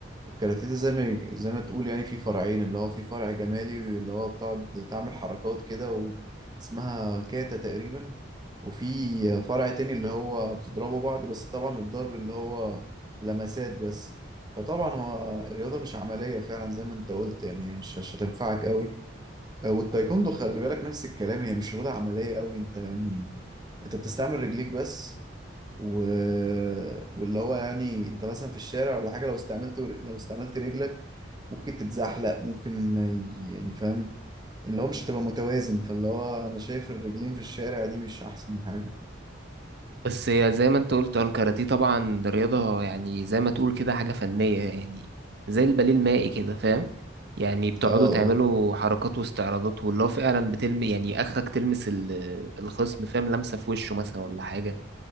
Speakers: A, on the right; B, on the right.
A: الكاراتيه زي ما زي ما تقول يعني في فرعين اللي هو في فرع جمالي اللي هو بتقعد تعمل حركات كده و- اسمها كاتا تقريبا وفي فرع تاني اللي هو بتضربوا بعض بس طبعا الضرب اللي هو لمسات بس فطبعا هو الرياضة مش عملية فعلا زي ما انت قلت يعني هي مش مش هتنفعك قوي آه، والتايكوندو خلي بالك نفس الكلام هي مش رياضة عملية قوي انت يعني انت بتستعمل رجليك بس و... واللي هو يعني انت مثلا في الشارع ولا حاجه لو استعملت لو استعملت رجلك ممكن تتزحلق ممكن ي- يعني فاهم اللي هو مش هتبقى متوازن فاللي هو انا شايف الرجلين في الشارع دي مش احسن حاجه
B: بس هي زي ما انت قلت هو الكاراتيه طبعا رياضة يعني زي ما تقول كده حاجة فنية يعني زي الباليه المائي كده فاهم يعني بتقعدوا
A: اه
B: تعملوا
A: اه
B: حركات واستعراضات واللي هو فعلا بتلمي يعني اخرك تلمس ال- الخصم فاهم لمسة في وشه مثلا ولا حاجة